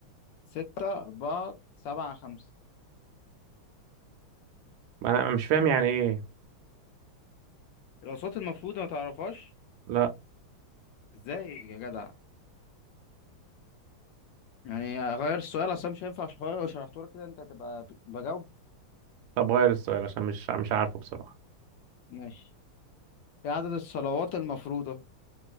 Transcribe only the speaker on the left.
ستة أربعة سبعة خمسة
الأصوات المفروضة ما تعرفهاش
ازاي يا جدع يعني غير السؤال أصلا مش هينفع عشان لو شرحته لك كده أنت هتبقى ب- بجاوب
ماشي ايه عدد الصلوات المفروضة